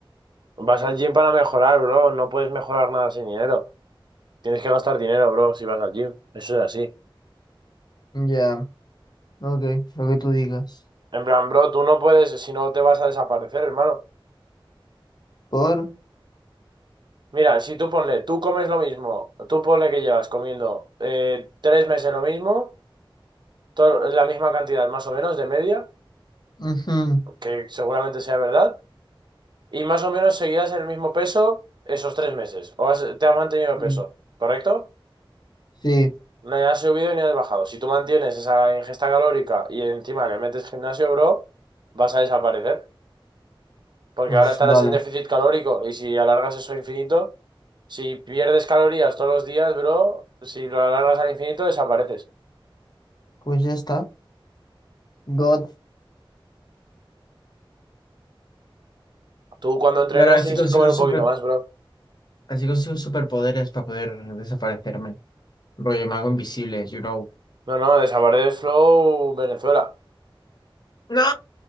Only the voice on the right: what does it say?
Vas al gym para mejorar, bro. No puedes mejorar nada sin dinero. Tienes que gastar dinero, bro, si vas al gym. Eso es así.
En plan, bro, tú no puedes, si no te vas a desaparecer, hermano.
Mira, si tú ponle, tú comes lo mismo, tú ponle que llevas comiendo eh, tres meses lo mismo, to- la misma cantidad más o menos de media,
que seguramente sea verdad, y más o menos seguirás en el mismo peso esos tres meses, o has- te has mantenido
peso, ¿correcto?
No has subido ni has bajado. Si tú mantienes esa ingesta calórica y encima le metes gimnasio, bro, vas a desaparecer. Porque
ahora estarás
en déficit calórico y si alargas eso a infinito, si pierdes calorías todos los días, bro, si lo alargas al infinito, desapareces.
Tú cuando entrenas
tienes
que comer un
poquito más, bro.
No, no, desaparece Flow Venezuela.